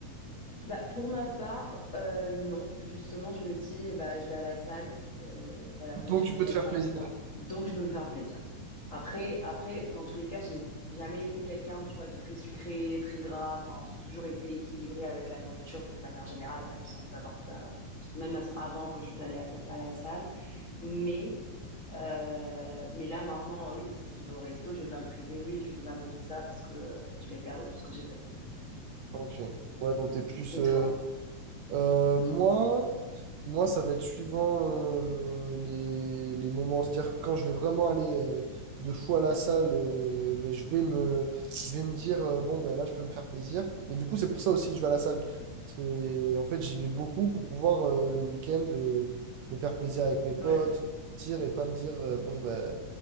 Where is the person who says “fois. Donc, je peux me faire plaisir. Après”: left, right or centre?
Left